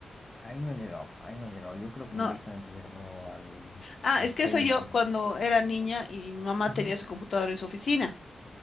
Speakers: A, on the left; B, on the left.
A: ahí no he llegado, ahí no he llegado. Yo creo
B: No.
A: que directamente he llegado al,
B: Ah,
A: al
B: es que
A: Pentium.
B: eso yo cuando era niña y mi mamá
A: Ujú.
B: tenía su computadora en su oficina.